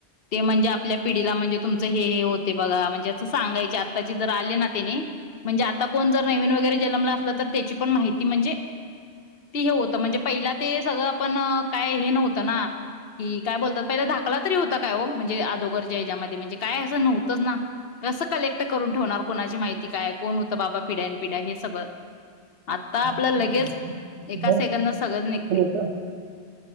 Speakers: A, on the left; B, on the right.
A: ते म्हणजे आपल्या पिढीला म्हणजे तुमचं हे हे होते बघा म्हणजे असं सांगायचे आत्ताचे जर आले ना त्यानी म्हणजे आता कोण जर नवीन वगैरे जन्मला असलं तर त्याची पण माहिती म्हणजे
B: <unintelligible>
A: ती हे होतं म्हणजे पहिला पण काय हे नव्हतं ना कि काय बोलतात पहिला धाकला तरी होता काय हो म्हणजे आदोगरच्या ह्याच्यामध्ये म्हणजे काय असं नव्हतंच ना कसं कलेक्ट करून ठेवणार कोणाची माहिती काय कोण होतं बाबा पिड्यान पिढ्या हे सगळं आता आपलं
B: तुला
A: लगेच
B: माहिती नसेल
A: एका
B: ना?
A: सेकंदला सगळं निघ
B: <inaudible>